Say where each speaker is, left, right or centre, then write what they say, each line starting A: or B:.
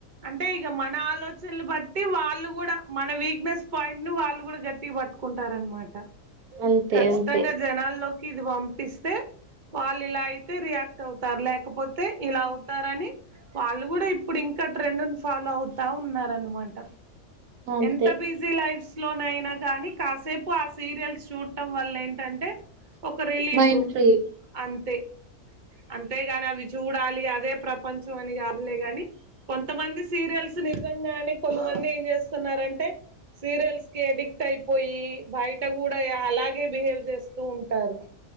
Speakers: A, on the right; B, on the right.
A: అంటే ఇక మన ఆలోచనలు బట్టి టి వాళ్ళు కూడా మన వీక్నెస్ పాయింట్ ను వాళ్ళు కూడా గట్టిగా పట్టుకుంటారనమాట
B: అంతే
A: ఖచ్చితంగా
B: అంతే
A: జనాల్లోకి ఇది పంపిస్తే పల్ ఇలా అయితే రియాక్ట్ అవుతారు లేకపోతే ఇలా అ ని వాళ్ళు కూడా ఇప్పుడు ఇంకా ట్రెండ్ ఫాలో అవుతా ఉన్నారుారనమాట
B: అంతే
A: ఎంత బిజీ లైఫ్స్ లోనయినా కానీ కాసేపు ఆ సీరియల్స్ చూడటం వల్ల ఏంటంటే ఒక రిలీఫ్
B: మైండ్ ఫ్రీ
A: అంతే అంతేగాని అవి చూడాలి అదే ప్రపంచం అని కాదులే గాని కొంతమంది సీరియల్స్ నిజంగానే కొంతమంది ఏం చేస్తున్నారంటే సీరియల్స్ కి అడిక్ట్ అయిపోయి బయట కూడా అలాగే బిహేవ్ చేస్తూ ఉంటారు